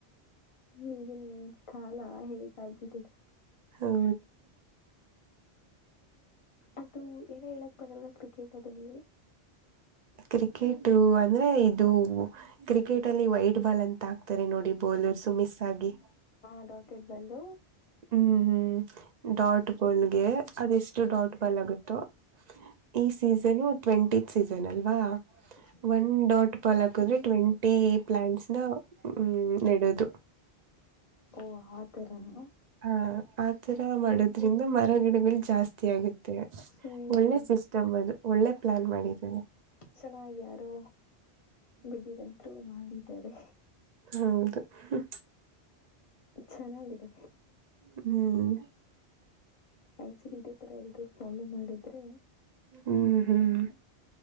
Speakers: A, on the left; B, on the right.
A: ಈಗೆ ನಿ ಕಾಲ ಹೇಗ ಆಗ್ಬಿಟ್ಟಿದೆ.
B: ಹೌ.
A: ಅದು ಏನ ಹೇಳಕ್ ಬಂದ್ರ ಕ್ರಿಕೆಟ್ ಅದು ನೀ.
B: ಕ್ರಿಕೆಟು ಅಂದ್ರೆ ಇದು. ಕ್ರಿಕೆಟ್ ಅಲ್ಲಿ ವೈಟ್ ಬಾಲ್ ಅಂತ ಹಾಕ್ತಾರೆ ನೋಡಿ ಬೌಲರ್ಸು ಮಿಸ್ ಆಗಿ.
A: <unintelligible> ಬಲ್ಲು
B: ಹ್ಮ್ ಹ್ಮ್ ಡಾಟ್ ಬಾಲ್ಗೆ ಅದೆಷ್ಟು ಡಾಟ್ ಬಾಲ್ ಆಗುತ್ತೋ. ಈ ಸೀಸನು ಟ್ವೆಂಟಿತ್ ಸೀಸನ್ ಅಲ್ವಾ.
A: <inaudible>
B: ಒನ್ ಡಾಟ್ ಪಾಲ್ ಹಾಕದ್ರೆ ಟ್ವೆಂಟಿ ಪ್ಲಾಂಟ್ಸ್ ನ ಹ ನೆಡೋದು. <inaudible>
A: ಓ ಆತರ
B: ಹ ಆತರ ಮಾಡೋದ್ರಿಂದ ಮರ ಗಿಡಗಳು ಜಾಸ್ತ ಜಾಸ್ತಿ ಆಗುತ್ತೆ
A: ಹ್ಮ್
B: ಒಳ್ಳೆ ಸಿಸ್ಟಮ್ ಅದು ಒಳ್ಳೆ ಪ್ಲಾನ್ ಮಾಡಿದರೆ.
A: ಚೆನ್ನಾಗಿ ಯಾರೋ ಬುದ್ಧಿವಂತರು ಮಾಡಿದ್ದಾರೆ.
B: ಹೌದು. ಹ್ಹ್.
A: ಚೆನ್ನಾಗಿದೆ
B: ಹ್ಮ್.
A: ಆಕ್ಚುಲಿ ಇದೇ ತರ ಎಲ್ರೂ ಫಾಲೋ ಮಾಡೋದು. ಡ್ರೆ
B: ಹ್ಮ್ ಹ್ಮ್